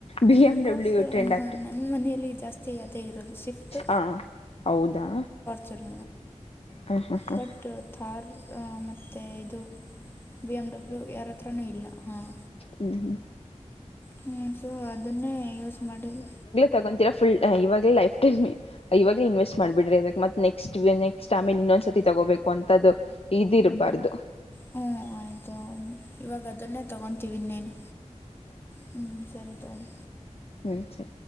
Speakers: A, on the left (about 50°); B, on the left (about 20°).
A: B M
B: because
A: W trend ಆಗ್ಬಿಟ್ಟೆ
B: ನನ್ನ ಮನೆಯಲ್ಲಿ ಜಾಸ್ತಿ ಅದೇ ಇರೋದು ಶಿಫ್ಟು
A: ಹಾಂ ಹೌದಾ
B: ಚರ್ಾರ್
A: ಹಾಂ ಹಾಂ ಹಾಂ
B: ಬಟ್ ಥಾರ್ ಮತ್ತು ಇದು ಬಿ ಎಮ್ ಡಬ್ಲ್ಯೂ ಯಾರ ಹತ್ರನೂ ಇಲ್ಲ ಹಾಂ
A: ಹ್ಮ್ ಹ್ಮ್
B: ಹ್ಮ ಸೊ ಅದನ್ನೇ ಯೂಸ್ ಮಾಡಿದವಿ
A: ತಗೊಂತಿರಾ ಫುಲ್ ಇವಾಗ ಲೈಫ್ ಟೈಮ್ ಇವಾಗಲ ಇನ್ವೆಸ್ಟ್ ಮಾಡ್ಬಿ್ರಿ ಇದ ಮತ್ತ ನೆಕ್ಸ್ಟ್ ನೆಸ್ಟ್ ಆಮೇಲೆ ಇನ್ನೊಂದ್ ಸತಿ ತಗೋಬೇಕು ಅಂತದು ಇದಿರಬಾರ್ದು
B: ಹ್ಮಞ ಆಯ್ತು ಇವಾಗ ಅದನ್ನೇ ತಗೊತೀವಿನ್ ನೇನು ಹ್ಮ್ ಸರಿ ತಳಿ
A: ಹ್ಞ ಸರಿ